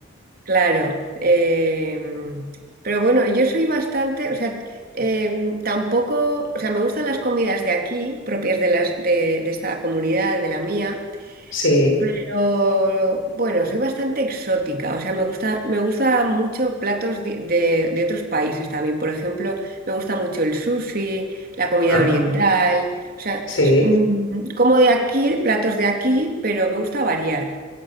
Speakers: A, on the right (about 50°); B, on the left (about 85°).
A: Claro, em, pero bueno, yo soy bastante, o sea, em, tampoco, o sea, me gustan las comidas de aquí, propias de las de, de esta comunidad, de la mía,
B: Sí,
A: pero bueno, soy bastante exótica, o sea, me gusta, me gusta mucho platos di- de, de otros países también. Por ejemplo, me gusta mucho el sushi, la comida
B: ajá,
A: oriental, o sea,
B: sí,
A: s- mm, como de aquí, platos de aquí, pero me gusta variar,